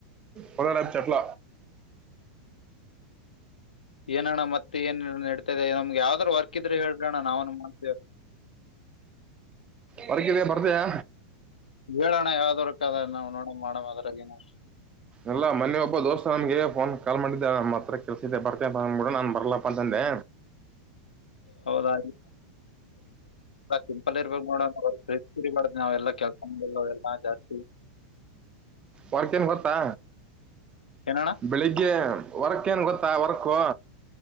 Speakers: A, on the right; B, on the left.
A: ಹದರಾಮ ಚಟ್ಲಾ
B: ಏನಣ ಮತ್ತೆ ಏನ್ ನಡ್ತದೆ ನಮ್ಗೆ ಯಾವ್ದಾದ್ ವರ್ಕ್ ಇದ್ರೆ ಹೇಳ್ರ ಅಣ್ಣ ನಾವನು ಮಾಡ್
A: ಹೊರಗಿದೆ ಬರ್ತೀಯಾ
B: ಹೇಳೋಣ ಯಾವ್ದವರ್ ಕ ಅದ ನಾವವು ನೋಡ ಮಾಡದ್ರ ಏನು
A: ಎಲ್ಲಾ ಮನೆಿ ಒಬ್ಬ ದೋಸ್ತ ನಮಗೆ ಫೋನ್ ಕಾಲ್ ಮಾಡಿದ್ದೆ ಮತ್ತ ಹತ್ರ ಕೆಲ್ಸಿದೆ ಬರ್ತೆ ಅಂತ ಅಂದ್ಬಿಡ ನಾನ್ ಬರ್ಲಪ್ಪ ಅಂತಂದೆ
B: ಹೌದಾ ಸಿಂಪಲ್ ಇರ್ಬೇಕ ನೋಡ ಸ್ ಕಡಿ ಮಾಡುದು ನಾವೆಲ್ಲಾ ಕೆಲ್ಸ ಮಾಡ ಎಲ್ಲಾ ಜಾಸ್ತಿ
A: ವರ್ಕ ನ್ ಗೊತ್ತಾ
B: ಏನಣ್ಣ
A: ಬೆಳಿಗ್ಗೆ ವರ್ಕ್ ಕ್ಕೇನು ಗೊತ್ತಾ ವರ್ಕು